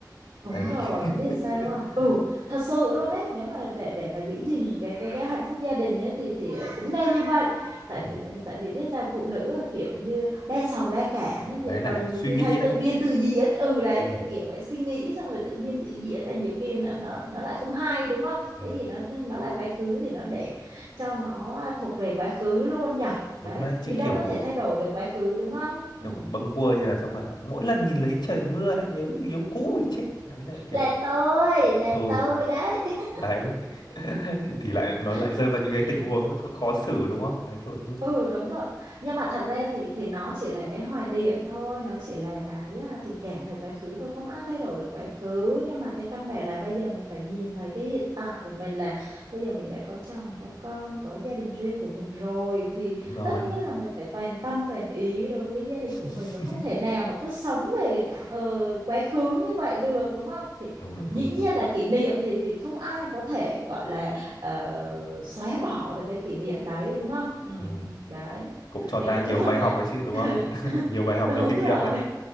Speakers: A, on the right; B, on the left.
A: Đúng
B: đấy là
A: rồi,
B: cái-
A: bạn biết sao
B: <laughs>
A: không? Ừ, thật sự luôn đấy. Nếu mà để để mà giữ gìn cái cái cái hạnh phúc gia đình ấy, thì thì cũng nên như vậy. Tại
B: Ừ.
A: vì ừ, tại vì biết sao phụ nữ là kiểu như đa sầu đa cảm ấy,
B: đấy
A: nhiều- rồi
B: là
A: nhiều
B: suy
A: khi
B: nghĩ
A: hay tự
B: đấy
A: biên tự diễn. Ừ đấy,
B: ừ.
A: kiểu kiểu vậy suy nghĩ xong rồi tự biên tự diễn là nhiều khi nó nó nó lại không hay đúng không?
B: Ừ.
A: Cái gì nó nó nó là quá khứ thì nó để cho nó à, thuộc về quá khứ luôn nhở.
B: đúng
A: Đấy,
B: đấy chứ
A: mình
B: kiểu
A: đâu có thể thay đổi được quá khứ đúng không?
B: kiểu
A: Ừ.
B: bâng quơ như là xong mà mỗi lần nhìn lấy trời mưa lại nhớ người yêu cũ thì chết đấy là kiểu
A: là tôi
B: ờ,
A: là
B: ừ
A: tôi đấy <laughs>
B: đấy lại <laughs> thì thì lại nó lại
A: Không.
B: rơi vào những cái
A: Ừ.
B: tình huống khó, khó xử đúng không đấy kiểu như vậy
A: Ừ đúng rồi nhưng mà thật ra thì thì nó chỉ là cái hoài niệm thôi nó chỉ là cái à, tình cảm thời quá khứ thôi không ai thay đổi được quá khứ nhưng mà cái căn bản là bây giờ mình phải nhìn thấy cái hiện tại của mình là bây giờ mình đã có chồng có con có gia đình riêng của mình rồi thì
B: đúng rồi
A: tất nhiên là mình phải toàn tâm toàn ý đối với cái gia
B: <laughs>
A: đình của mình và không thể nào mà cứ sống về ờ, quá khứ như vậy được đúng không thì
B: đúng đúng
A: dĩ
B: đúng
A: nhiên
B: đúng
A: là kỷ niệm thì thì không ai có thể gọi là ờ, xóa bỏ được cái kỷ niệm đấy đúng không ừ
B: ừ.
A: đấy
B: cũng cũng cho
A: thì
B: ta
A: nói
B: nhiều
A: chung
B: bài
A: là
B: học đấy chứ đúng
A: <laughs>
B: không
A: ừ,
B: <laughs>
A: <laughs>
B: nhiều bài học
A: đúng
B: nhiều kinh
A: rồi
B: nghiệm đấy